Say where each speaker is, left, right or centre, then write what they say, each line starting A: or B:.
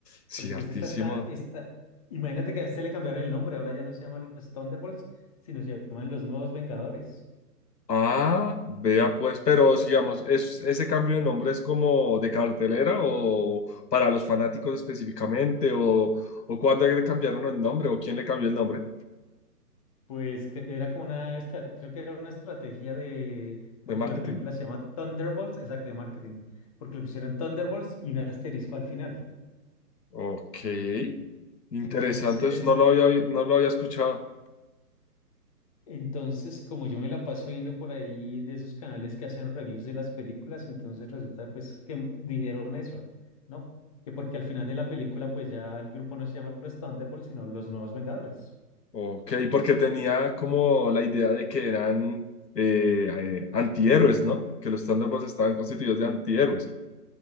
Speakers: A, on the left; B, on the left.
A: Sí,
B: Pero entonces
A: hartísimo.
B: esta está, esta, imagínate que a este le cambiaron el nombre, ahora ya no se llaman los Thunderbolts, sino se llaman los Nuevos Vengadores.
A: Ah, vea pues, pero digamos, ¿es, ese cambio de nombre es como de cartelera o para los fanáticos específicamente? ¿O, o cuándo le cambiaron el nombre? ¿O quién le cambió el nombre
B: Pues que era como una, estra- creo que era una estrategia de, porque
A: de marketing?
B: la película se llama Thunderbolts, exacto, de marketing, porque le pusieron Thunderbolts y un asterisco al final.
A: Ok, interesante,
B: Entonces,
A: eso no lo había, no lo había escuchado.
B: entonces, como yo me la paso viendo por ahí de esos canales que hacen reviews de las películas, entonces resulta pues que dijeron eso, ¿no? Que porque al final de la película pues ya el grupo no se llama los Thunderbolts, sino los Nuevos Vengadores.
A: Ok, porque tenía como la idea de que eran eh, eh, antihéroes, ¿no? Que los Thunderbolts estaban constituidos de antihéroes.